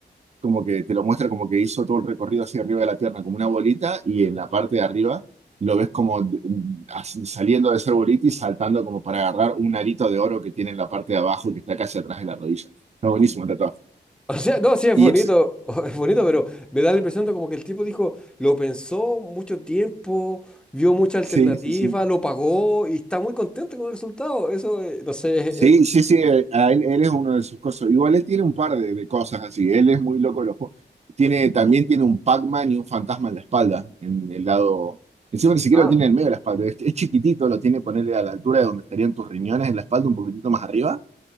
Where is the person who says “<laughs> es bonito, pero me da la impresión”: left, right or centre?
Centre